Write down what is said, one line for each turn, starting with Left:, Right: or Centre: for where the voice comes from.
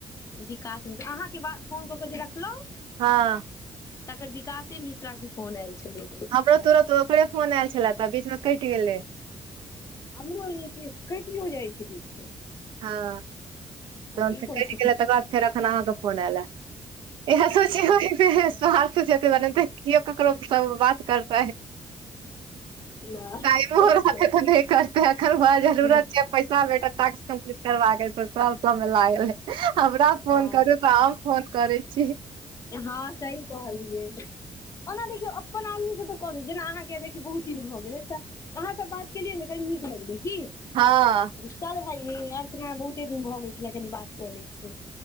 Left: विकासमे अहाँके ब फोन कऽ के जे देखखलहुँ
Right: हँ
Left: तकर विकासशे मि रा के फोन आयल छलै
Right: हमरो तुरंत ओकरे फोन आयल छले तऽ बीचमे कटि गेलै
Left: हमरो एनाहिते कटियो जाइ छै बीच मे
Right: हँ
Left: हम
Right: तहन
Left: की
Right: फेर
Left: कऽ
Right: कटि
Left: सकै
Right: गेलै
Left: छी
Right: तकर बाद फेर एखन अहाँके फोन आयलए इह सोचिय
Left: हँ
Right: <unintelligible> केओ ककरो स बात करतै
Left: नहि
Right: टाइमो
Left: सही
Right: रहतै
Left: कह
Right: त नहि करते अखन जरूरत
Left: नहि
Right: छै पैसा बेटा टास्क कम्पलीट कर मे लागल हे हमरा फोन
Left: हँ
Right: करू तऽ फोन करै छी
Left: हँ सही कहलियै ओना देखियौ अपन आदमी से तऽ कहऽ द जेना अहाँके देखियौ बहुत दिन भऽ गेलै तऽ अहाँ स बात केलियै ने कनि नीक लगलै की
Right: हँ
Left: चल भाई अर्चना बहुते दिन भऽ गेल छलै कनि बात कऽ लै छी